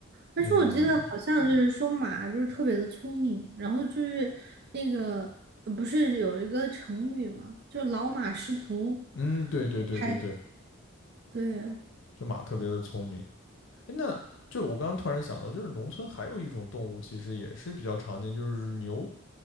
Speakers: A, on the right (about 50°); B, on the left (about 65°).
A: 而且我记得好像就是说马就是特别的聪明，
B: 嗯
A: 然后就是那个呃不是有一个成语吗？就老马识途，
B: 嗯，对对对对对，
A: 还对，
B: 就马特别的聪明。诶那就我刚刚突然想到，就是农村还有一种动物，其实也是比较常见，就是牛。